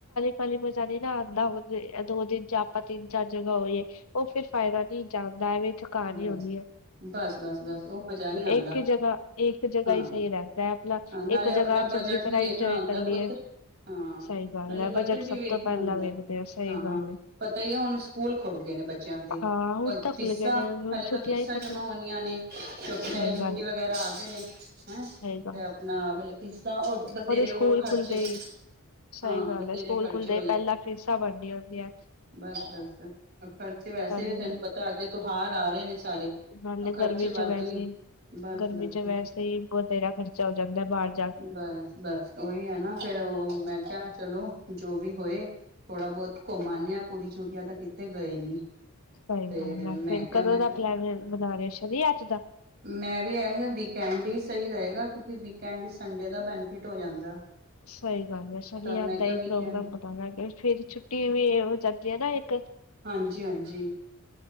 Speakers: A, on the left (about 80°); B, on the right (about 45°).
A: ਕੀ ਮਜ਼ਾ ਨਹੀਂ ਨਾ ਆਉਂਦਾ ਹੋਵੇਂ ਦੋ ਦਿਨ ਚ ਆਪਾਂ ਤਿੰਨ ਚਾਰ ਜਗ੍ਹਾ ਹੋਈਏ। ਉਹ ਫਿਰ ਫਾਇਦਾ ਨਹੀਂ ਜਾਂਦਾ ਐਵੇ ਥਕਾਨ
B: ਬਸ
A: ਹੀ ਹੋਣੀ ਹੈ।
B: ਬਸ-ਬਸ-ਬਸ ਉਹ ਮਜ਼ਾ ਨਹੀਂ ਆਂਦਾ
A: ਇੱਕ ਹੀ ਜਗ੍ਹਾ ਇੱਕ ਜਗ੍ਹਾ
B: ਹਾਂ
A: ਹੀ ਸਹੀ ਰਹਦਾ ਹੈ ਆਪਣਾ
B: ਹਾਂ ਨਾਲੇ
A: ਇੱਕ
B: ਆਪਣਾ
A: ਜਗ੍ਹਾ ਚੰਗੀ
B: ਬਜਟ
A: ਤਰ੍ਹਾਂ
B: ਵੀ ਵੇਖਣਾ
A: ਇੰਜੋਏ
B: ਹੁੰਦਾ
A: ਕਰ ਲਈਏ
B: ਪੁੱਤ ਹਾਂ
A: ਸਹੀ ਗੱਲ
B: ਨਾਲੇ
A: ਹੈ
B: ਬਜਟ ਵੀ
A: ਸਭ
B: ਵੇਖਣਾ
A: ਤੋਂ ਪਹਿਲਾਂ
B: ਹੁੰਦਾ,
A: ਵੇਖਦੇ ਆ ਸਹੀ
B: ਹਾਂ-ਹਾਂ
A: ਗੱਲ ਹੈ
B: ਪਤਾ ਹੀ ਹੈ ਹੁਣ ਸਕੂਲ ਖੋਲ ਗਏ ਨੇ ਬੱਚਿਆਂ ਦੇ
A: ਹਾਂ ਹੁਣ
B: ਪਰ
A: ਤਾਂ ਖੁੱਲ
B: ਫਿਸਾ
A: ਗਏ ਨੇ ਹੁਣ
B: ਹਲੇ ਤਾਂ
A: ਛੁੱਟੀਆਂ
B: ਫ਼ੀਸਾਂ
A: ਹੀ ਖਤਮ
B: ਜਮਾ ਹੋਣੀਆਂ ਨੇ ਕਿਉਂਕਿ
A: ਸਹੀ
B: ਯੂਟੀ
A: ਗੱਲ
B: ਵਗੈਰਾ ਆ ਗਏ ਨੇ ਹੈਂ
A: ਸਹੀ ਗੱਲ
B: ਤੇ ਆਪਣਾ ਮਤਲਬ ਫੀਸਾਂ ਹੋਰ ਬਥੇਰੇ
A: ਸਕੂਲ
B: ਹੋਰ ਖਰਚੇ
A: ਖੁੱਲਦੇ
B: ਵੀ
A: ਹੀ ਸਹੀ
B: ਹਾਂ
A: ਗੱਲ
B: ਬਥੇਰੇ
A: ਹੈ ਸਕੂਲ
B: ਖਰਚੇ
A: ਖੁੱਲਦੇ ਪਹਿਲਾਂ ਫੀਸਾਂ ਬਰਨੀਆ ਹੁੰਦੀਆਂ
B: ਬਸ-ਬਸ ਖਰਚੇ ਵੈਸੇ
A: ਨਾਲੇ
B: ਵੀ ਤੈਨੂੰ ਪਤਾ ਅੱਗੇ ਤਉਹਾਰ ਆ ਰਹੇ ਨੇ ਸਾਰੇ
A: ਨਾਲੇ
B: ਖਰਚੇ
A: ਗਰਮੀ
B: ਵਾਧੂ
A: ਚ ਵੈਸੇ,
B: ਹੀ ਬਸ
A: ਗਰਮੀ
B: ਬਸ
A: ਚ ਵੈਸੇ ਹੀ ਬਥੇਰਾ ਖਰਚਾ ਹੋ ਜਾਂਦਾ ਬਾਲ
B: ਬਸ-ਬਸ ਉਓਹੀ ਹੈ ਨਾ ਫੇਰ ਉਹ ਮੈਂ ਕਿਹਾ ਚਲੋ ਜੋ ਵੀ ਹੋਏ, ਥੋੜਾ ਬਹੁਤ ਘੁੰਮਂ ਆ ਪੂਰੀ ਛੁਟੀਆਂ ਤਾਂ ਕਿੱਥੇ ਗਏ ਨੀ
A: ਸਹੀ
B: ਤੇ
A: ਗੱਲ ਹੈ
B: ਮੈਂ
A: ਫੇਰ
B: ਕਿਹਾ
A: ਕਦੋਂ
B: ਮੈਂ
A: ਦਾ ਪਲੈਨ ਬਣਾ ਰਿਹੇ ਸ਼ਦੀ ਅੱਜ ਦਾ
B: ਮੈਂ ਵੀ ਇਹਗਾ ਵੀਕਐਂਡ ਹੀ ਸਹੀ ਰਹੇਗਾ ਕਿਉਂਕਿ ਵੀਕਐਂਡ ਹੀ ਸੰਡੇ ਦਾ ਬੈਨੀਫਿਟ ਹੋ ਜਾਂਦਾ
A: ਸਹੀ ਗੱਲ ਹੈ ਸ਼ਣੀ-ਐਤ
B: ਤਾਂ ਮੈਂ ਕਿਹਾ
A: ਦਾ
B: ਵੀਕਐਂਡ
A: ਪ੍ਰੋਗਰਾਮ ਬਣਾਵਾਂਗੇ ਫੇਰ ਛੁੱਟੀ ਵੀ ਹੋ ਜਾਂਦੀ ਹੈ ਨਾ ਇੱਕ
B: ਹਾਂਜੀ-ਹਾਂਜੀ,